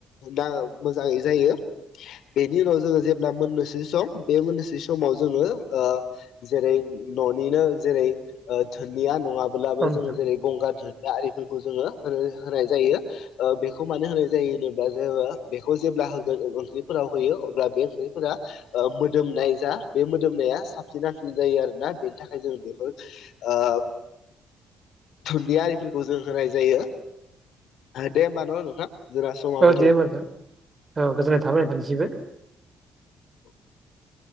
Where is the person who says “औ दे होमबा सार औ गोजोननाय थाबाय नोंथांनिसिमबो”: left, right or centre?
Right